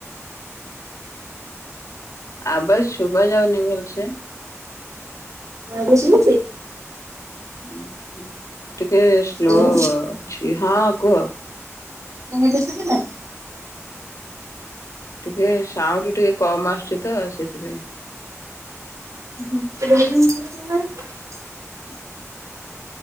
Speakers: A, on the left; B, on the right.
A: ଆବାଜ୍ ଶୁବା ଯାଉନି ଭଲସେ।
B: ହଁ ଏବେ ଶୁଭୁଛି।
A: ହୁଁ ହୁଁ ଟିକେ ସ୍ଲୋ
B: ହ୍ୟାଲୋ
A: ଅଛି ହଁ କୁହ।
B: <unintelligible> ଏବେ ସୁବିଲା।
A: ଟିକେ ସାଉଣ୍ଡୁ ଟିକେ କମ ଆସୁଛି ତ ସେଥିପାଇଁ।
B: <unintelligible>